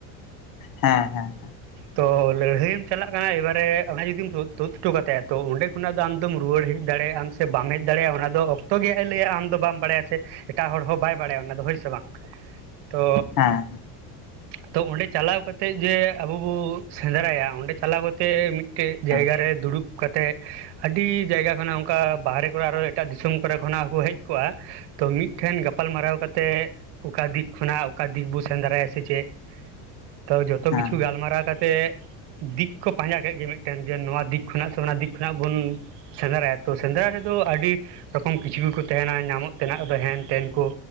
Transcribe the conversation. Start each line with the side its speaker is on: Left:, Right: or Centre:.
Left: ᱦᱮᱸ ᱦᱮᱸ
Right: ᱛᱚ ᱞᱟᱹᱲᱦᱟᱹᱭᱮᱢ ᱪᱟᱞᱟᱜ ᱠᱟᱱᱟ ᱮᱵᱟᱨᱮ ᱚᱱᱟ ᱡᱩᱫᱤᱢ ᱛᱩᱫ ᱦᱚᱴᱚ ᱠᱟᱛᱟᱭᱟ ᱛᱚ ᱚᱸᱰᱮ ᱠᱷᱚᱱᱟᱜ ᱫᱚ ᱟᱢ ᱮᱫᱚᱢ ᱨᱩᱣᱟᱹᱲ ᱦᱮᱡ ᱫᱟᱲᱮᱭᱟᱜᱼᱟᱢ ᱥᱮ ᱵᱟᱢ ᱦᱮᱡ ᱫᱟᱲᱮᱭᱟᱜᱼᱟ ᱚᱱᱟ ᱫᱚ ᱚᱠᱛᱚ ᱜᱮ ᱦᱟᱸᱜ ᱮ ᱞᱟᱹᱭᱟ ᱟᱢ ᱫᱚ ᱵᱟᱢ ᱵᱟᱲᱟᱭᱟ ᱥᱮ ᱮᱴᱟᱜ ᱦᱚᱲ ᱦᱚᱸ ᱵᱟᱭ ᱵᱟᱲᱟᱭᱟ ᱚᱱᱟ ᱫᱚ ᱦᱳᱭ ᱥᱮ ᱵᱟᱝ ᱛᱚ
Left: ᱦᱮᱸ
Right: ᱛᱚ ᱚᱸᱰᱮ ᱪᱟᱞᱟᱣ ᱠᱟᱛᱮᱜ ᱡᱮ ᱟᱵᱚ ᱵᱚ ᱥᱮᱸᱫᱽᱨᱟᱭᱟ ᱚᱸᱰᱮ ᱪᱟᱞᱟᱣ ᱠᱟᱛᱮ ᱢᱤᱫ ᱢᱤᱫᱴᱮᱡ
Left: ᱦᱮᱸ
Right: ᱡᱟᱭᱜᱟ ᱨᱮ ᱫᱩᱲᱩᱵ ᱠᱟᱛᱮ ᱟᱹᱰᱤ ᱡᱟᱭᱜᱟ ᱠᱷᱚᱱᱟᱜ ᱚᱱᱠᱟ ᱵᱟᱦᱨᱮ ᱠᱚᱨᱮ ᱟᱨᱚ ᱮᱴᱟᱜ ᱫᱤᱥᱚᱢ ᱠᱚᱨᱮ ᱠᱷᱚᱱᱟᱜ ᱠᱚ ᱦᱮᱡ ᱠᱚᱜᱼᱟ ᱛᱚ ᱢᱤᱫ ᱴᱷᱮᱱ ᱜᱟᱯᱟᱞ ᱢᱟᱨᱟᱣ ᱠᱟᱛᱮᱫ ᱚᱠᱟ ᱫᱤᱠ ᱠᱷᱚᱱᱟᱜ ᱚᱠᱟ ᱫᱤᱠ ᱵᱚ ᱥᱮᱱ ᱫᱟᱨᱟᱭᱟ ᱥᱮ ᱪᱮᱫ, ᱛᱚ ᱡᱚᱛᱚ
Left: ᱦᱮᱸ
Right: ᱠᱤᱪᱷᱩ ᱜᱟᱞᱢᱟᱨᱟᱣ ᱠᱟᱛᱮᱜ ᱫᱤᱠ ᱠᱚ ᱯᱟᱸᱡᱟ ᱠᱮᱫ ᱜᱮ ᱢᱤᱫᱴᱮᱱ ᱡᱮ ᱱᱚᱣᱟ ᱫᱤᱠ ᱠᱷᱚᱱᱟᱜ ᱥᱮ ᱚᱱᱟ ᱫᱤᱠ ᱠᱷᱚᱱᱟᱜ ᱵᱚᱱ ᱥᱮᱸᱫᱽᱨᱟᱭᱟ ᱛᱚ ᱥᱮᱸᱫᱽᱨᱟ ᱨᱮᱫᱚ ᱟᱹᱰᱤ ᱛᱚᱠᱷᱚᱱ ᱠᱤᱪᱷᱩ ᱫᱤᱱᱠᱚ ᱛᱟᱦᱮᱱᱟ ᱧᱟᱢᱚᱜ ᱛᱮᱱᱟᱜ ᱫᱚ ᱦᱮᱱ ᱛᱮᱱ ᱠᱚ